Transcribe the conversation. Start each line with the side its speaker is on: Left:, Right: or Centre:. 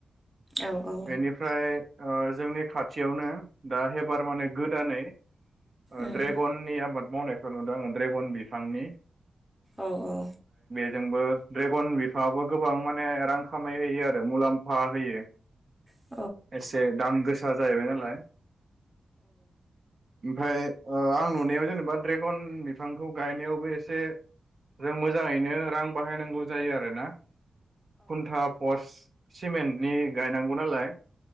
Centre: औ औ
Right: बेनिफ्राय ओ जोंनि खाथियावनो दा हेबार माने गोदानै ओ
Centre: उम
Right: ड्रेगननि आबाद मावनायखौ नुदों आङो ड्रेगन बि थांनि।
Centre: औ औ।
Right: जोंबो ड्रेगन बिफाङाबो गोबां माने रां खामायहयो आरो मुलाम्फ फा होयो।
Centre: औ
Right: से दाम गोसा जाहैबाय नालाय। ओमफ्राय ओ आं नुनायाव जेनेबा ड्रेगन बिफांखौ गायनायावबो एसे जों मोजाङैनो रां बाहायनांगौ जायो आरोना खुन्था पर्स सिमेन्टनि गायनांगौ नालाय।